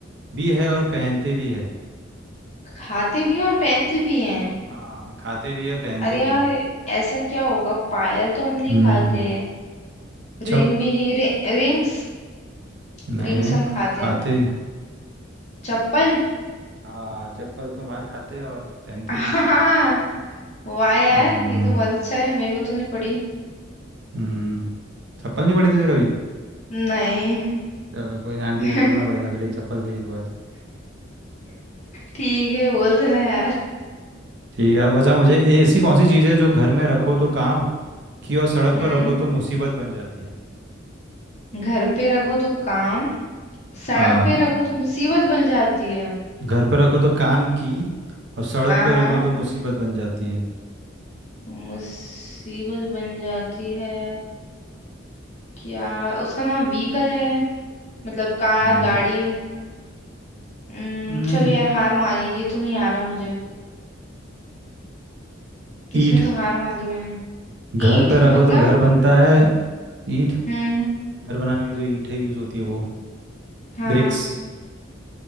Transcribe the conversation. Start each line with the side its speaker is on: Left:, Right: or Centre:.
Right: भी है और पहनते भी है
Left: खाते भी हैं और पहनते भी हैं
Right: हाँ खाते भी है पहनते
Left: अरे यार
Right: भी है
Left: ऐसा क्या होगा पायल तो हम नहीं
Right: हम्म
Left: खाते
Right: छप
Left: रिंग भी नहीं रि, रिंग्स
Right: नहीं
Left: रिंग्स
Right: नहीं
Left: हम खाते
Right: खाते
Left: हैं चप्पल
Right: हाँ चप्पल को मार खाते हैं और पहनते
Left: <laughs>
Right: भी है उसको
Left: हाँ वाह यार
Right: हम्म
Left: ये तो बहुत अच्छा है मेरे को तो नहीं पड़ी
Right: हम्म चप्पल नहीं पड़ी तुझे कभी
Left: नहीं
Right: चलो कोई ना आंटी
Left: <laughs>
Right: को बोलना पड़ेगा फिर एक चप्पल दे दो आज
Left: ठीक है बोल देना यार
Right: ठीक है बचा मुझे ए, ऐसी कौन सी चीज़ है जो घर में रखो तो काम की और सड़क
Left: हम्म
Right: पर रखो तो मुसीबत बन जाती है
Left: घर पे रखो तो काम सड़क
Right: हाँ
Left: पे रखो तो मुसीबत बन जाती है
Right: घर पर रखो तो काम की और सड़क
Left: हाँ
Right: पर
Left: हाँ
Right: रखो तो मुसीबत बन जाती है
Left: मुसीबत बन जाती है क्या उसका नाम व्हीकल है मतलब कार
Right: नहीं
Left: गाड़ी उम्म,
Right: नहीं
Left: चलो यार हार मानी ये तो नहीं आ रहा मुझे इसमें
Right: ईंट
Left: तो हार मान ली मैंने
Right: घर
Left: ईंट
Right: पे रखो
Left: मतलब
Right: तो घर बनता है ईंट
Left: हम्म
Right: घर बनाने के लिए जो ईंट है यूज होती है वो
Left: हाँ
Right: ब्रिक्स